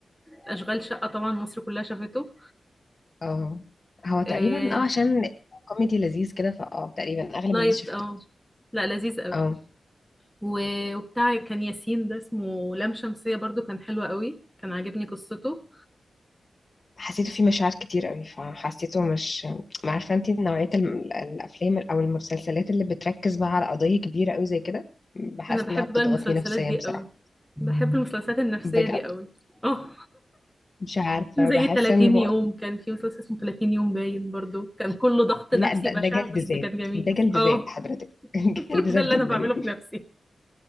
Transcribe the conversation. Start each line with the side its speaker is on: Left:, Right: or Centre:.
Centre: اشغال شقة طبعا مصر كلها شافته
Left: اه هو تقريبا
Centre: آه...
Left: اه عشان كوميدي لذيذ كده فاه تقريبا اغلب
Centre: لايت
Left: الناس شافته
Centre: او لا لذيذ قوي
Left: آه.
Centre: و- وبتاع كان ياسين ده اسمه لام شمسية برضو كان حلو قوي كان عاجبني قصته
Left: حسيته فيه مشاعر كتير قوي فحسيته مش ما عارفه انت نوعيه الم- الافلام او المسلسلات اللي بتركز بقى على قضيه كبيره قوي زي كده بحس
Centre: انا بحب
Left: انها بتضغطني
Centre: بقى المسلسلات
Left: نفسيا
Centre: دي
Left: بصراحه
Centre: قوي بحب المسلسلات النفسية
Left: بجد
Centre: دي قوي اه
Left: مش عارفه
Centre: زي
Left: بحس
Centre: 30
Left: انه
Centre: يوم كان في مسلسل اسمه 30 يوم باين برضو كان كله ضغط
Left: لا
Centre: نفسي
Left: ده,
Centre: بشع
Left: ده جلد
Centre: بس
Left: ذات
Centre: كان جميل
Left: ده جلد
Centre: اه
Left: ذات حضرتك <laughs>
Centre: <laughs>
Left: جلد ذات
Centre: ده اللي
Left: جدا
Centre: انا بعمله
Left: يعني
Centre: في نفسي